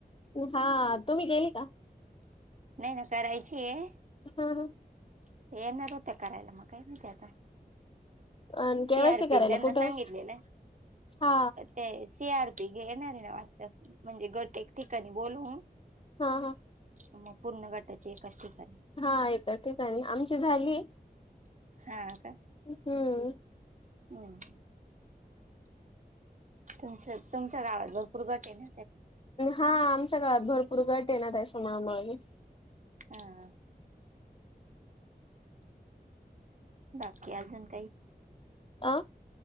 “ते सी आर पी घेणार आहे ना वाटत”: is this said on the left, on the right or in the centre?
Right